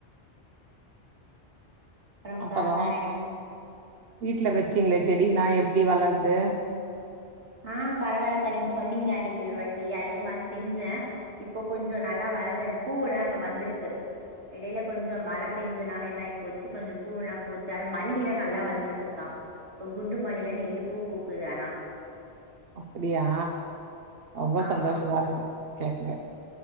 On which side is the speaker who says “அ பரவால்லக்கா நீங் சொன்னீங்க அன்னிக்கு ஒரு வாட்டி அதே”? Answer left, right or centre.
Right